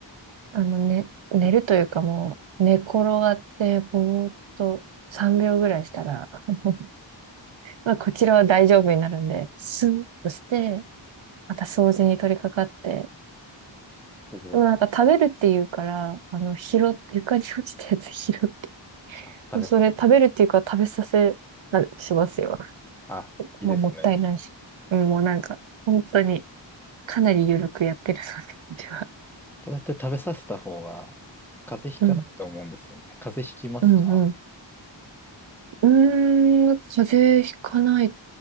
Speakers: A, on the right (about 80°); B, in the centre.
A: あの、ね、寝るというかもう、
B: ほど。
A: 寝転がって、ぼーっと3秒ぐらいしたら、<laughs> まあ、こちらは大丈夫になるんで、スンとして、また掃除に取り掛かって、
B: すごい。
A: でもなんか食べるっていうから、あの、拾っ、床に落ちたやつ <laughs> 拾って、
B: あ、食べさせて。
A: それ食べるっていうから食べさせ、なしますよ。
B: あ、いいですね。
A: まあ、もったいないし。うん、もうなんか、本当に、かなり緩くやってるそうでうちは。
B: そうやって食べさせた方が風邪ひかないと思うんですよね。
A: うん、
B: 風邪ひきますか
A: うん、うん。うーん、風邪ひかない